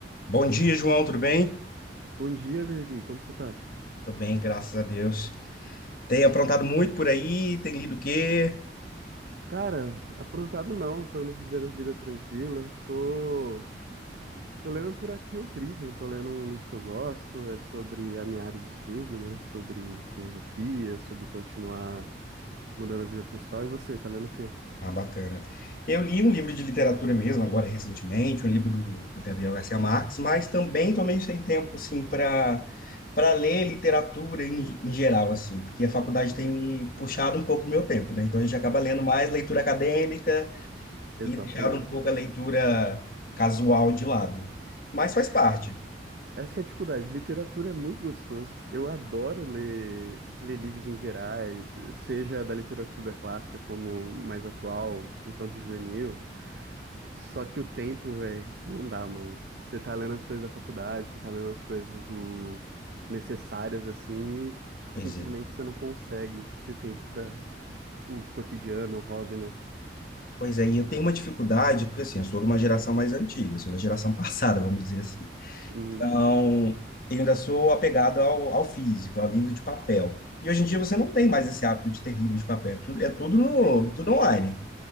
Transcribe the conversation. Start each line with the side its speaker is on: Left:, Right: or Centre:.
Left: Bom dia, João, tudo bem?
Right: Bom dia, Levi. Como você tá?
Left: Tô bem, graças a Deus. Tem aprontado muito por aí? Tem lido o quê?
Right: Cara, aprontado não, tô vivendo vida tranquila. Tô, tô lendo por aqui o Trivium, tô lendo um livro que eu gosto, é sobre a minha área de estudo, né? Sobre filosofia, sobre continuar mudando a vida pessoal. E você, tá lendo o quê?
Left: Ah, bacana. Eu li um livro de literatura mesmo, agora recentemente, um livro do, do Gabriel Garcia Marques, mas também tô meio sem tempo, assim, para para ler literatura em, em geral, assim, porque a faculdade tem me puxado um pouco do meu tempo, né? Então a gente acaba lendo mais leitura acadêmica
Right: Exatamente.
Left: e deixado um pouco a leitura casual de lado. Mas faz parte.
Right: Essa que é a dificuldade. Literatura é muito gostoso. Eu adoro ler, ler livros em gerais, seja da literatura clássica como mais atual, infanto-juvenil. Só que o tempo, velho, não dá, mano. Você tá lendo as coisas da faculdade, você tá lendo as coisas do necessárias assim, e
Left: Pois
Right: simplesmente
Left: é.
Right: você não consegue ter tempo pra o cotidiano, o hobby, né?
Left: Pois é, e eu tenho uma dificuldade, porque assim, eu sou de uma geração mais antiga, sou da geração <laughs> passada,
Right: Uhum.
Left: vamos dizer assim.
Right: Uhum.
Left: Então, eu ainda sou apegado ao, ao físico, ao livro de papel. E hoje em dia você não tem mais esse hábito de ter livro de papel, é tudo, é tudo no,
Right: Eu-
Left: tudo online,